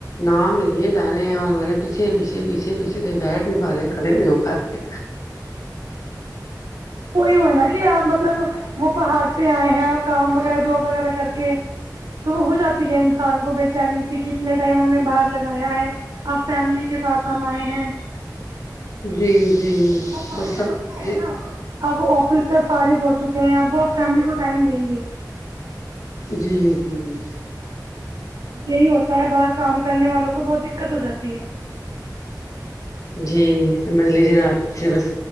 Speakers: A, on the left (about 50°); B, on the right (about 70°).
A: نام لیے جا رہے ہیں اور ہمارے پیچھے پیچھے پیچھے پیچھے کہیں بیٹھ نہیں پا رہے ہیں کھڑے نہیں ہو پا رہے
B: کوئی ہو نا کہ آپ مطلب وہ باہر سے آئے ہیں آپ کام وغیرہ جواب وغیرہ میں کر کے تو وہ ہو جاتی ہے انسان کو بےچانی سی کہ اتنے ٹائم ہم نے باہر لگ گیا ہے اب فیملی کے پاس ہم آئے ہیں
A: جی ش جی
B: فارغ
A: بس سب
B: ہو چکے
A: جی
B: ہے نا اب آفس سے فارغ ہو چکے ہیں اب وہ فیملی کو ٹائم دیں گے
A: جی ش جی ش جی
B: یہی ہوتا ہے باہر کام کرنے والوں کو بہت دکت ہو جاتی ہے
A: جی سمجھ لیجیے آج چرس